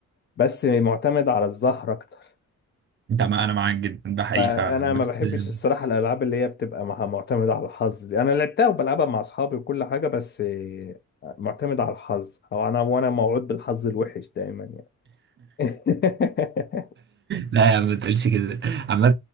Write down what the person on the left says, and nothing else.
بس معتمده على الزهر اكتر
فانا
ما
بحبش الصراحه
الالعاب اللي هي بتبقى مع- معتمده على الحظ دي انا لعبتها وبلعبها مع اصحابي وكل حاجه بس آه، معتمده على الحظ او انا وانا موعود بالحظ الوحش دايما يعني <laughs>